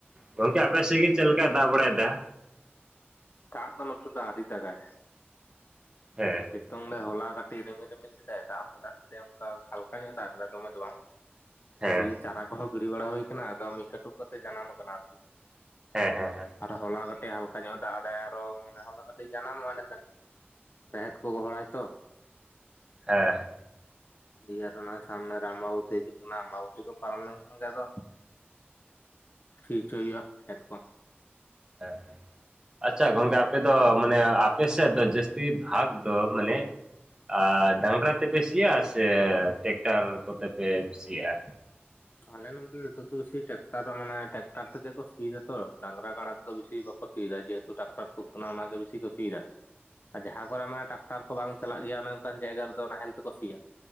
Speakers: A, on the right; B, on the left.
A: ᱜᱚᱝᱠᱮ ᱟᱯᱮ ᱥᱮᱫ ᱜᱮ ᱪᱮᱫ ᱞᱮᱠᱟᱭ ᱫᱟᱜ ᱵᱟᱲᱟᱭᱫᱟ?
B: ᱫᱟᱜ ᱫᱚ ᱱᱚᱛᱮ ᱫᱚ ᱟᱹᱣᱨᱤ ᱫᱟᱜᱟᱭ ᱾
A: ᱦᱮᱸ ᱾
B: ᱥᱤᱛᱩᱝ ᱞᱮ ᱦᱚᱞᱟ ᱠᱟᱴᱤᱡ ᱨᱤᱢᱤᱞ ᱨᱤᱢᱤᱞ ᱠᱮᱫᱟᱭ, ᱫᱟᱜ ᱦᱚᱸ ᱫᱟᱜ ᱠᱮᱫᱟᱭ ᱚᱱᱠᱟ ᱦᱟᱞᱠᱟ ᱧᱚᱜ ᱫᱟᱜ ᱠᱮᱫᱟᱭ ᱫᱚᱢᱮ ᱫᱚ ᱵᱟᱝ ᱾
A: ᱦᱮᱸ
B: ᱫᱤᱭᱮ ᱪᱟᱨᱟ ᱠᱚᱦᱚᱸ ᱜᱤᱲᱤ ᱵᱟᱲᱟ ᱦᱩᱭ ᱠᱟᱱᱟ, ᱟᱫᱚ ᱢᱤᱫ ᱠᱟᱹᱴᱩᱵ ᱠᱟᱛᱮ ᱡᱟᱱᱟᱢ ᱠᱟᱱᱟ ᱟᱨᱠᱤ ᱾
A: ᱦᱮᱸ ᱦᱮᱸ ᱦᱮᱸ᱾
B: ᱟᱨ ᱦᱚᱞᱟ ᱠᱟᱹᱴᱤᱡ ᱦᱟᱞᱠᱟ ᱧᱚᱜ ᱫᱟᱜ ᱟᱫᱟᱭ, ᱟᱨᱚ ᱢᱟᱱᱮ ᱛᱚᱞᱟ ᱠᱟᱹᱴᱤᱡ ᱡᱟᱱᱟᱢᱚᱜᱼᱟ ᱮᱸᱰᱮ ᱠᱷᱟᱱ ᱾ ᱨᱮᱦᱮᱫ ᱠᱚ ᱜᱚᱦᱚᱲᱟᱭ ᱛᱚ ᱾
A: ᱦᱮᱸ ᱾
B: ᱫᱤᱭᱮ ᱚᱱᱟ ᱥᱟᱢᱱᱮ ᱨᱮ ᱟᱢᱵᱟᱵᱚᱛᱤ ᱦᱤᱡᱩᱜ ᱠᱟᱱᱟ, ᱟᱢᱵᱟᱵᱚᱛᱤ ᱠᱚ ᱯᱟᱨᱚᱢ ᱞᱮᱱᱠᱷᱟᱱ ᱜᱮ ᱟᱫᱚ ᱥᱤᱭ ᱦᱚᱪᱚᱦᱩᱭᱩᱜᱼᱟ ᱠᱷᱮᱛ ᱠᱚ ᱾ <inaudible>
A: ᱦᱮᱸ ᱦᱮᱸ᱾ ᱟᱪᱪᱷᱟ ᱜᱚᱝᱠᱮ, ᱟᱯᱮ ᱫᱚ ᱢᱟᱱᱮ ᱟᱯᱮ ᱥᱮᱫ ᱫᱚ ᱡᱟᱹᱥᱛᱤ ᱵᱷᱟᱜᱽ ᱫᱚ ᱢᱟᱱᱮᱼᱼ ᱟᱨ ᱰᱟᱝᱨᱟ ᱛᱮᱯᱮ ᱥᱤᱭᱟ ᱥᱮ ᱴᱮᱠᱴᱟᱨ ᱠᱚᱛᱮ ᱯᱮ ᱥᱤᱭᱟᱼᱟ?
B: ᱟᱞᱮ ᱱᱚᱱᱛᱮ ᱫᱚ ᱱᱤᱛᱚᱜ ᱫᱚ ᱵᱮᱥᱤ ᱴᱮᱠᱴᱟᱨ ᱢᱟᱱᱮ ᱴᱮᱠᱴᱟᱨ ᱛᱮᱜᱮ ᱠᱚ ᱥᱤᱭ ᱫᱟ ᱛᱚ, ᱰᱟᱝᱨᱟ ᱠᱟᱲᱟ ᱛᱮᱫᱚ ᱵᱤᱥᱤ ᱵᱟᱼᱼ ᱥᱤᱭᱟ ᱡᱮᱦᱮᱛᱩ ᱴᱟᱠᱴᱟᱨ ᱛᱩᱫ ᱟᱠᱟᱱᱟ ᱚᱱᱟ ᱜᱮ ᱵᱤᱥᱤ ᱥᱤᱭ ᱫᱟ ᱾ ᱟᱨ ᱡᱟᱦᱟᱸ ᱠᱚᱨᱮ ᱢᱟᱱᱮ ᱴᱨᱟᱠᱴᱟᱨ ᱠᱚ ᱵᱟᱝ ᱪᱟᱞᱟᱜ ᱜᱮᱭᱟ ᱚᱱᱮ ᱚᱱᱠᱟᱱ ᱡᱟᱭᱜᱟ ᱨᱮ ᱫᱚ ᱱᱟᱦᱮᱞ ᱛᱮ ᱠᱚ ᱥᱤᱭᱟ ᱾